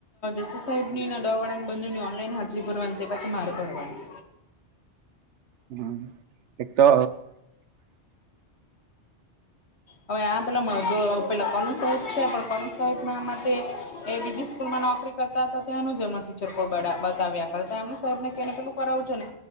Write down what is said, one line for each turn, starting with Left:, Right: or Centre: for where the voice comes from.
Left: જસી સાહેબ નીને દવા વાડા ને બનેની ઓનલાઈન હાજરી ભરવાની તે પાછી માર ભરવાની.
Right: હમ્મ એક તો
Left: હવે આ પેલા જો પેલા કનુ સાહેબ છે પણ કનુ સાહેબના મતે એ બીજી સ્કૂલ માં નોકરી કરતા હતા તેનું જ એમનું ટીચર કોઈ બતાવ્યા કરતા એમને સાહેબ ને કેને પેલું કરાવું જો ને